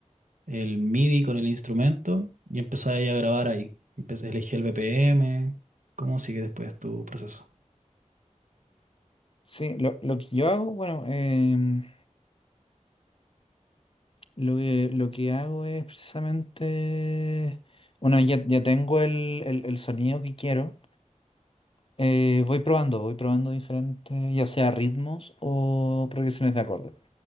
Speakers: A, on the right (about 85°); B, on the left (about 45°).
A: el MIDI con el instrumento y empezaba ahí a grabar ahí. Empecé, elegí el BPM, cómo sigue después tu proceso.
B: Sí, lo, lo que yo hago, bueno, em, lo que, lo que hago es precisamente, bueno, ya, ya tengo el, el, el sonido que quiero, Eh, voy probando, voy probando diferentes, ya sea ritmos o progresiones de acorde.